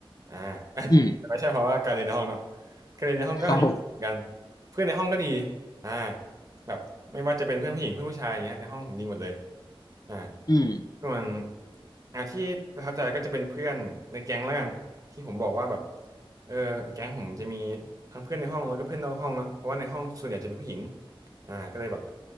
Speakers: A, on the right; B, on the left.
A: อ่า <laughs>
B: อืม
A: แต่ไม่ใช่เพราะว่าการเรียนในห้องเนาะการเรียนในห้องก็ยังเหมือนกัน
B: ครับผม
A: เพื่อนในห้องก็ดีอ่าแบบไม่ว่าจะเป็นเพื่อนผู้หญิงเพื่อนผู้ชายอย่างเงี้ยในห้องผมดีหมดเลยอ่า
B: อืม
A: ส่วนอ่าที่ประทับใจก็จะเป็นเพื่อนในแก๊งแล้วกันที่ผมบอกว่าแบบเออในแก๊งผมจะมีทั้งเพื่อนในห้องแล้วก็เพื่อนนอกห้องเนาะเพราะว่าในห้องส่วนใหญ่จะเป็นผู้หญิงอ่าก็เลยแบบ